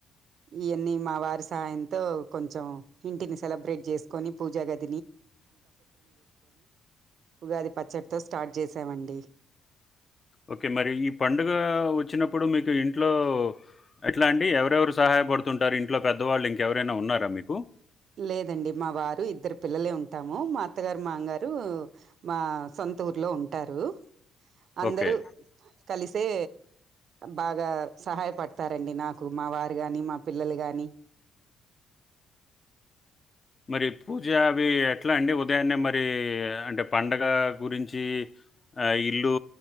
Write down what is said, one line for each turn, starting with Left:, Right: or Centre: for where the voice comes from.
Right: ఇయ్యన్నీ మా వారి సాయంతో కొంచెం ఇంటిని సెలబ్రేట్ చేస్ కొని పూజగాద్ ఉగాది పచ్చడితో స్టార్ట్ చేసామండి
Left: ఓకే మరి ఈ పండుగ వచ్చినప్ ప్పుడు మీకు ఇంట్లో ఎట్లా అండి ఎవరెవరు సహాయపడుతు తుంటారు ఇంట్లో పెద్దవాళ్ళు ఇంకెవరైనా ఉన్నారా మీకు
Right: లేదండి మా వారు ఇద్దరు పిల్లలే ఉం టాము మా అత్తగారు మామా గారు మా సొంత ఊర్ లో ఉంటారు అందరూ
Left: ఓకే
Right: కలిసే బాగా సహాయపడతారండి నాకు మా వార్ గాని మా పిల్లలు గాని
Left: మరి పూజ అవి ఎట్లా అండి ఉదయాన్నే మరి అంటే పండగ గురించి ఇల్లు